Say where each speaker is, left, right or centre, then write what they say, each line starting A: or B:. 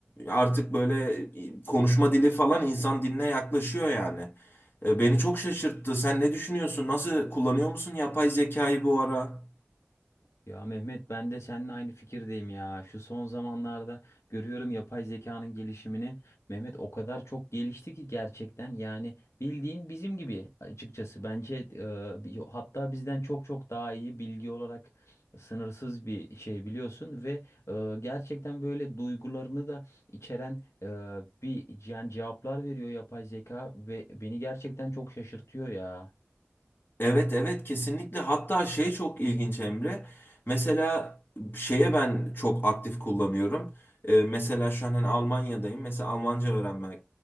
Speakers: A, on the left (about 50°); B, on the left (about 85°).
A: artık böyle konuşma dili falan insan diline yaklaşıyor yani. E, beni çok şaşırttı. Sen ne düşünüyorsun? Nasıl kullanıyor musun yapay zekayı bu ara?
B: Ya Mehmet ben de seninle aynı fikirdeyim ya. Şu son zamanlarda görüyorum yapay zekanın gelişimini. Mehmet o kadar çok gelişti ki gerçekten yani bildiğin bizim gibi açıkçası. Bence e, bi- hatta bizden çok çok daha iyi bilgi olarak sınırsız bir şey biliyorsun ve e, gerçekten böyle duygularını da içeren e, bir yani cevaplar veriyor yapay zeka ve beni gerçekten çok şaşırtıyor ya.
A: Evet evet kesinlikle hatta şey çok ilginç Emre mesela şeye ben çok aktif kullanıyorum Ee, mesela şu an hani Almanya'dayım mesela Almanca öğrenmek